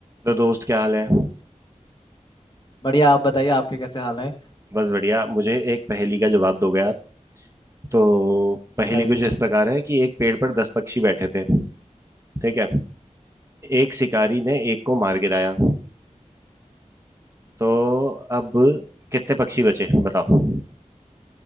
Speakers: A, on the right; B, on the left.
A: तो दोस्त क्या हाल है
B: बढ़िया आप बताइए आपके कैसे हाल हैं
A: बस बढ़िया मुझे एक पहेली का जवाब दोगे आप तो पहेली
B: बताइए
A: कुछ इस प्रकार है कि एक पेड़ पर दस पक्षी बैठे थे ठीक है एक शिकारी ने एक को मार गिराया तो अब कितने पक्षी बचे बताओ